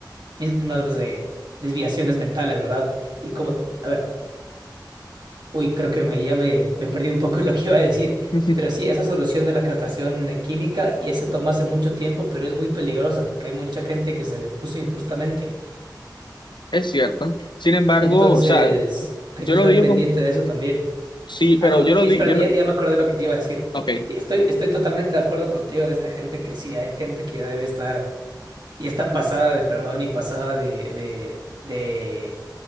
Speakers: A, on the right; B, on the left.
A: mismas de desviaciones mentales, ¿verdad? Y como, a ver, uy, creo que me, ya me, me perdí un poco <laughs> lo que iba a decir,
B: <laughs>
A: pero sí, esa solución de la castración eh, química ya se tomó hace mucho tiempo, pero es muy peligrosa porque hay mucha gente que se le puso injustamente,
B: Es cierto. Sin embargo,
A: entonces
B: o sea,
A: hay
B: yo
A: que
B: lo
A: estar
B: digo
A: pendiente
B: con,
A: de eso también.
B: sí, pero
A: Ah, no,
B: yo lo
A: espérate,
B: digo, yo lo,
A: ya, ya me acordé de lo que te iba a decir.
B: ok.
A: Sí, estoy, estoy totalmente de acuerdo contigo de esta gente que sí, hay gente que ya debe estar y está pasada de perdón y pasada de, de, de